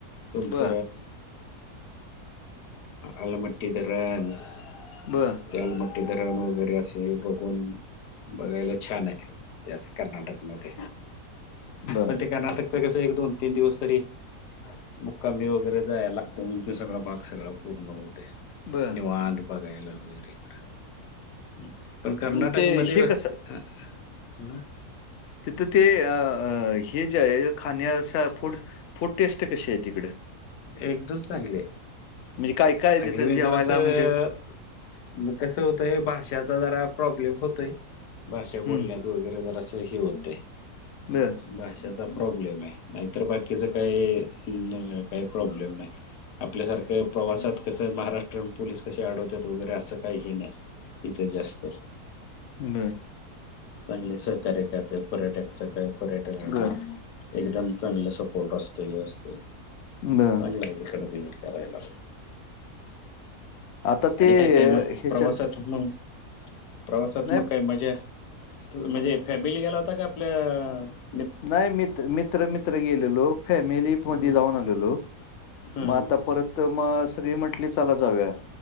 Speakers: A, on the left; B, on the left.
A: तुमच्?
B: बरं,
A: आलमट्टी धरन <unintelligible>
B: बरं,
A: अलमट्टी धरण वगैरे असे बघून बघायला छान, आहे ते असं कर्नाटक म ते
B: बर.
A: पण ते कर्नाटकच कसं एक दोन तीन दिवस तरी मुक्कामी वगैरे जायला लागत म्हणे सगळा भाग सगळं पूर्ण होते
B: बरं.
A: निवांत बघायला वगैरे इकडं. पण कर्नाटक
B: ते
A: मध्ये
B: हे
A: रस्ते
B: कसं
A: अं
B: तिथ ते अ हे अ. हे जे आहे खाण्याचा फूड फूड टेस्ट कशीं आहे तिकडं?
A: एकद चांगले
B: काय-काय आहे
A: चांगली
B: तिथं
A: म्हणल
B: जेवायला
A: मी जरासं
B: म्हणजे?
A: कसं होतंय भाषाचा जरा प्रॉब्लेम होतोय भाषा
B: हं.
A: बोलण्या तू वगैरे जरासं हे होतंय
B: <inaudible>
A: भाषेचा प्रॉब्लेम आहे नाहीतर, बाकीचं कांहीं काहीं प्रॉब्लेम नाही. आपल्यासारखं प्रवासात कसं महाराष्ट्र पोलीस कशे अडवतात वगैरे असं काही हे नाही इथं जास्त.
B: ब
A: पण लैय सहकार्य करत्या पर्यटक सगळया पर्यटकांना
B: बरं,
A: एकदम चांगले सपोर्ट असतो हे असते चांगलंय
B: बरं.
A: आहे तिकडे ते करायला.
B: आता ते
A: आणि काय काय मग
B: ह्याच्यात
A: प्रवासात मगं प्रवासांत
B: नाही
A: मगं काय मज्जा त म्हणजे
B: म-
A: फॅमिली गेला होता का पल्या
B: नाही मित मित्र मित्र गेलेलो फॅमिली
A: हम्म
B: मध्ये जाऊन आलेलो.
A: हम्म
B: म
A: हम्म
B: आता परत म सगळी म्हटली चला जाऊंया.